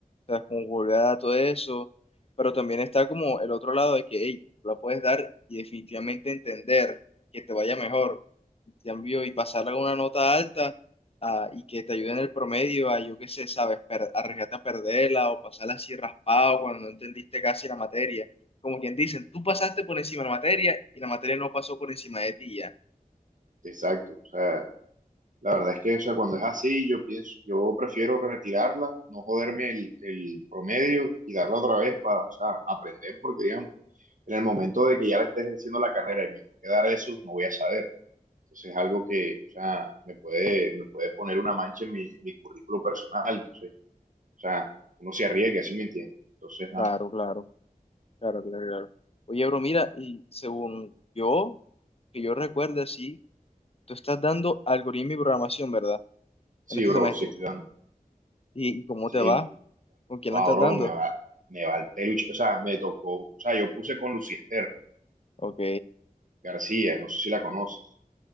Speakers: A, on the left (about 40°); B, on the right (about 60°).
A: o sea, como volver a dar todo eso, pero también está como el otro lado de que, hey, la puedes dar y definitivamente entender que te vaya mejor, y cambio, y pasarla con una nota alta, ah, y que te ayude en el promedio a, yo qué sé, sabes, per- arriesgarte a perderla o pasarla así raspado cuando no entendiste casi la materia. Como quien dicen, tú pasaste por encima de la materia y la materia no pasó por encima de ti ya.
B: Exacto. O sea, La verdad es que, o sea, cuando es así, yo pienso, yo prefiero retirarla, no joderme el, el promedio y darla otra vez para, o sea, aprender, porque digamos, en el momento de que ya la esté ejerciendo la carrera y me toque dar eso, no voy a saber. Entonces es algo que, o sea, me puede, me puede poner una mancha en mi, en mi currículo personal. Entonces, o sea, uno se arriesga, sí me entiende. Entonces,
A: Claro,
B: ah,
A: claro, claro, claro, claro. Oye, bro, mira, y según yo, que yo recuerde, sí, tú estás dando algoritmo y programación, ¿verdad?
B: sí,
A: En este
B: bro,
A: semestre.
B: sí estoy dando.
A: ¿Y, y cómo
B: Sí,
A: te va? ¿Con quién
B: wow,
A: la estás
B: bro,
A: dando?
B: me va, me va el peluche. O sea, me tocó, o sea, yo puse con Luciester
A: Ok,
B: García, no sé si la conoces.